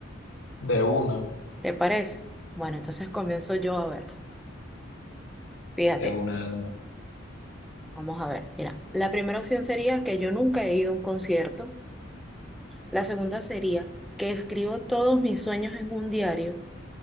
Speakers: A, on the left (about 75°); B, in the centre.
A: De una,
B: ¿te parece? Bueno, entonces comienzo yo a ver. Fíjate,
A: de una, de una.
B: vamos a ver. Mira, la primera opción sería que yo nunca he ido a un concierto. La segunda sería que escribo todos mis sueños en un diario.